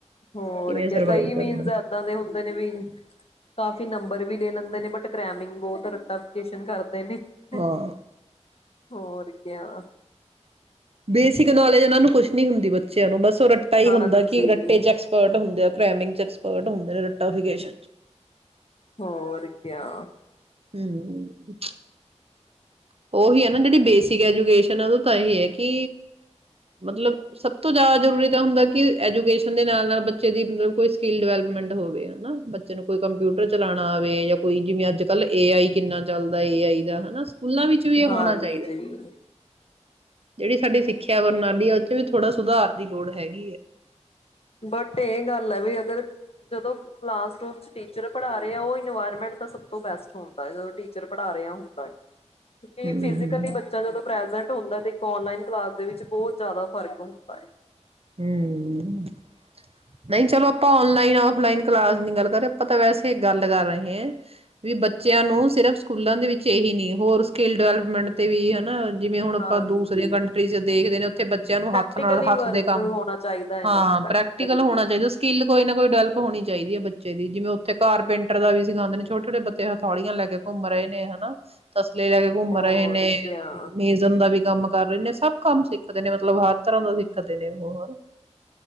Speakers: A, on the left; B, on the right.
A: ਹੋਰ
B: ਕਿਵੇਂ ਸਰਵਾਈਵ
A: ਕਈ
B: ਕਰਨਾ
A: ਮੀਨਸ ਏਦਾਂ ਦੇ ਹੁੰਦੇ ਨੇ ਵੀ ਕਾਫੀ ਨੰਬਰ ਵੀ ਲੈ ਲੈਂਦੇ ਨੇ ਬਟ ਸਕਰੈਮਿੰਗ ਬਹੁਤ ਏ ਰਟਾ ਫਿਕੇਸਨ ਕਰ ਹੂੰਦੇ ਨੇ
B: ਹਾਂ
A: ਹੋਰ ਕੀਆ
B: ਬੇਸਿਕ ਨੌਲੇਜ ਇਹਨਾਂ ਨੂੰ ਕੁਛ ਨੀ ਹੁੰਦੀ ਬੱਚਿਆਂ ਨੂੰ ਬਸ ਰੱਟਾ ਹੀ
A: ਹਾਂਜੀ
B: ਹੁੰਦਾ ਕਿ ਰਟੇ ਚ ਐਕਸਪਰਟ ਹੁੰਦੇ ਆ ਸਕਰੈਮਿੰਗ ਚ ਐਕਸਪਰਟ ਹੁੰਦੇ ਨੇ ਰਟਾਫਿਕੈਸਨ
A: ਹੋਰ ਕਿਆ
B: ਹਮ ਓਹੀ ਏ ਨਾ ਜਿਹੜੀ ਬੇਸਿਕ ਐਜੂਕੇਸ਼ਨ ਹੈ ਉਹ ਤਾਂ ਐ ਹੀ ਹੈ ਕਿ ਮਤਲਬ ਸਬ ਤੋਂ ਜਿਆਦਾ ਜਰੂਰੀ ਹੁੰਦਾ ਕਿ ਐਜੂਕੇਸ਼ਨ ਦੇ ਨਾਲ ਨਾਲ ਬਚੇ ਦੀ ਸਕਿਲ ਡਿਵੈਲਪਮੈਂਟ ਹੋਵੇ ਹੈਨਾ ਬੱਚੇ ਨੂੰ ਕੋਈ ਕੰਪਿਊਟਰ ਚਲਾਣਾ ਆਵੇ ਕੋਈ ਯਾ ਜਿਵੇ ਅੱਜ ਕਲ ਏ ਆਈ ਕਿਨਾ ਚਲਦਾ ਏ ਆਈ ਦਾ ਸਕੂਲਾਂ ਵਿੱਚ ਵੀ ਇਹ
A: ਹਾਂਜੀ
B: ਹੋਣਾ ਚਾਹੀਦਾ ਜਿਹੜੀ ਸਾਡੀ ਸਿੱਖਿਆ ਪ੍ਰਣਾਲੀ ਆ ਉਹ ਚ ਵੀ ਥੋੜਾ ਸੁਧਾਰ ਦੀ ਲੋੜ ਹੈਗੀ ਏ
A: ਬਟ ਇਹ ਗੱਲ ਏ ਵ ਅਗਰ ਜਦੋਂ ਕਲਾਸਰੂਮ 'ਚ ਟੀਚਰ ਪੜ੍ਹਾ ਰਿਹਾ ਉਹ ਇਨਵਾਇਰਮੈਂਟ ਦਾ ਸਭ ਤੋਂ ਬੈਸਟ ਹੁੰਦਾ ਹੈ ਜਦੋਂ ਟੀਚਰ ਪੜ੍ਹਾ ਰਿਹਾ ਹੁੰਦਾ ਹੈ
B: ਹੂੰ
A: <unintelligible> ਫਿਜ਼ਕਲੀ ਬੱਚਾ ਜਦੋਂ ਪ੍ਰੈਜੈਂਟ <unintelligible> ਹੁੰਦਾ ਤੇ ਇੱਕ ਊਨਲਾਈਨ ਕਲਾਸ ਦੇ ਵਿੱਚ ਬਹੁਤ ਜਿਆਦਾ ਫ਼ਰਕ ਹੁੰਦਾ ਹੈ
B: ਹਮ ਨਹੀਂ ਚਲੋ ਆਪਾਂ ਆਨਲਾਈਨ ਆਫਲਾਈਨ ਕਲਾਸ ਦੀ ਗੱਲ ਨਹੀਂ ਕਰ ਰਹੇ ਆਪਾਂ ਤਾਂ ਵੈਸੇ ਗੱਲ ਕਰ ਰਹੇ ਹ ਵੀ ਬੱਚਿਆਂ ਨੂੰ ਸਿਰਫ਼ ਸਕੂਲਾਂ ਦੇ ਵਿੱਚ ਇਹੀ ਨੀ ਹੋਰ ਸਕਿੱਲ ਡਿਵੈਲਪਮੈਂਟ ਤੇ ਵੀ ਹਨਾ ਜਿਵੇਂ ਹੁਣ ਆਪਾਂ
A: ਹਾਂਜੀ
B: ਦੂਸਰੀਆਂ ਕੰਟਰੀਜ਼ ਦੇਖਦੇ ਨੇ ਉੱਥੇ ਬੱਚਿਆਂ ਨੂੰ
A: ਪ੍ਰੈਕਟੀਕਲੀ
B: ਹੱਥ ਨਾਲ
A: ਵਰਕ
B: ਹੱਥ ਦੇਖ
A: ਹੋਣਾ ਚਾਹੀਦਾ ਹੈ
B: ਹਾਂ
A: ਨਾ ਪ੍ਰੈਕਟੀਕਲੀ
B: ਪ੍ਰੈਕਟੀਕਲ ਹੋਣਾ ਚਾਹੀਦਾ ਸਕਿੱਲ ਕੋਈ ਕੋਈ ਨਾ ਕੋਈ ਡਵੈਲਪ ਹੋਣੀ ਚਾਹੀਦੀ ਹੈ ਬੱਚੇ ਦੀ ਜਿਵੇਂ ਉੱਥੇ ਕਾਰਪੈਂਟਰ ਦਾ ਵੀ ਸਿਾਉਂਦੇ ਨੇ ਛੋਟੇ ਛੋਟੇ ਬੱਚੇ ਹਥੌਲੀਆਂ ਲੈ ਕੇ ਘੁੰਮ ਰਹੇ ਨੇ ਹਨਾ ਤਾਂ ਪਲੇ ਲੈ ਕੇ ਘੁੰਮ
A: ਹੋਰ
B: ਰਹੇ ਨੇ
A: ਕਿਆ
B: ਮਿਜ਼ਨ ਦਾ ਵੀ ਕੰਮ ਕਰ ਰਹੇ ਨੇ ਸਭ ਕੰਮ ਸਿੱਖਦੇ ਨੇ ਮਤਲਬ ਹਰ ਤਰ੍ਹਾਂ ਦਾ ਸਿੱਖ ਦੇ ਨੇ ਹੋਰ